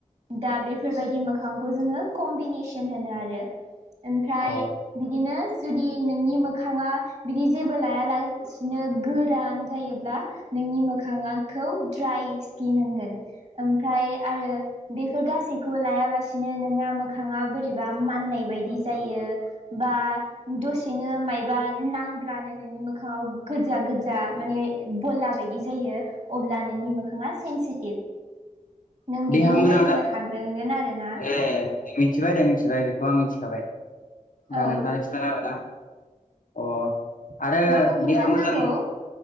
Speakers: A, on the right (about 55°); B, on the left (about 75°).
A: दा बेफोरबायदि मोखां फांखौ जोङो कम्बिनेसन होनो आरो ओमफ्राय
B: औ
A: बिदिनो जुदि नोंनि मोखाङा बिदि जेबो लाया सिनो गोरान जायोब्ला नोंनि मोखाङाखौ द्राइ स्किन होनगोन ओमफ्राय आरो बेफोर गासैखौ लायाबासिनो नोंना मोखाङा बोरैबा माननाय बायदि जायो। बा दसेनो मायबा नांब्लानो नोंनि मोखाङाव गोजा गोजा माने बला बायदि जायो अब्ला नोंनि मो नोंथाङा सेन्थिथिब नों बिदिनो
B: देहा मोजां
A: नायनो
B: जा
A: हाग्रोगोन आरो ना
B: ए मिथिबाय दे मिथिबाय बेखौ आं मिथिखाबाय
A: औ
B: दा नोंथाङा खिथानो हागोन ना? अ आरो
A: माखौ खिन्थानो
B: देहा मोजां
A: नांगौ